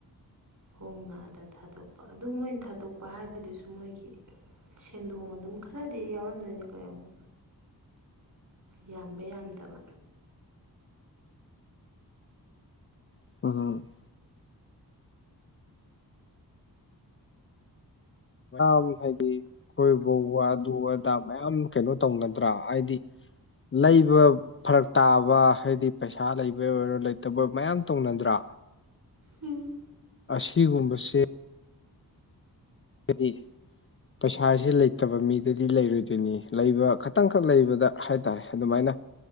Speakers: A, on the right; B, on the left.
A: ꯍꯣꯡꯅ ꯑꯥꯗ ꯊꯥꯗꯣꯛꯄ ꯑꯗꯨ ꯃꯣꯏꯅ ꯊꯥꯗꯣꯛꯄ ꯍꯥꯏꯗꯨꯁꯨ ꯃꯣꯏꯒꯤ ꯁꯦꯟꯗꯣꯡ ꯑꯗꯨꯝ ꯈꯔꯗꯤ ꯌꯥꯎꯔꯝꯗꯣꯏꯅꯤꯀꯣ ꯌꯦꯉꯣ ꯌꯥꯝꯕ ꯌꯥꯝꯗꯕ
B: <unintelligible> ꯃꯌꯥꯝ ꯍꯥꯏꯗꯤ ꯑꯩꯈꯣꯏꯕꯧ ꯋꯥꯗꯨ ꯑꯗꯥ ꯃꯌꯥꯝ ꯀꯩꯅꯣ ꯇꯧꯅꯗ꯭ꯔꯥ ꯍꯥꯏꯗꯤ ꯂꯩꯕ ꯐꯔꯛ ꯇꯥꯕ ꯍꯥꯏꯗꯤ ꯄꯩꯁꯥ ꯂꯩꯕ ꯑꯣꯏꯔꯣ ꯂꯩꯇꯕ ꯑꯣꯏꯔꯣ ꯃꯌꯥꯝ ꯇꯧꯅꯗ꯭ꯔꯥ
A: ꯎꯝ
B: ꯑꯁꯤꯒꯨꯝꯕꯁꯦ <unintelligible> ꯄꯩꯁꯥꯁꯤ ꯂꯩꯇꯕ ꯃꯤꯗꯗꯤ ꯂꯩꯔꯣꯏꯗꯣꯏꯅꯤ ꯂꯩꯕ ꯈꯇꯪꯈꯛ ꯂꯩꯕꯗ ꯍꯥꯏ ꯇꯔꯦ ꯑꯗꯨꯃꯥꯏꯅ